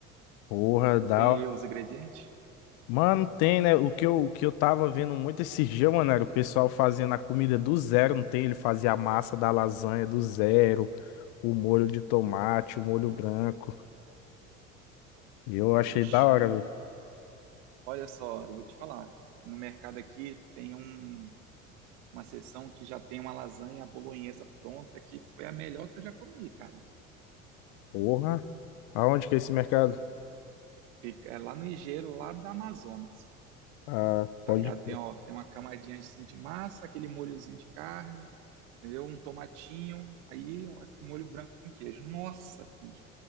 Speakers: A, on the left; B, on the right.
A: Porra, dá.
B: Tu tem aí os ingredientes?
A: Mano, tem, né? O que eu, o que eu tava vendo muito esses dias, mano, era o pessoal fazendo a comida do zero, não tem? Ele fazia a massa da lasanha do zero, o molho de tomate, o molho branco. E eu achei
B: Poxa,
A: da hora, velho.
B: olha só, eu vou te falar. No mercado aqui tem um. uma sessão que já tem uma lasanha bolonhesa pronta, que foi a melhor que eu já comi, cara.
A: Porra, aonde que é esse mercado?
B: Fica, é lá no Ligeiro, lá da Amazonas,
A: Ah,
B: tá
A: pode
B: ligado?
A: crer.
B: Tem, ó, tem uma camadinha assim de massa, aquele molhozinho de carne, entendeu? Um tomatinho, aí ó, molho branco com queijo. Nossa, filho.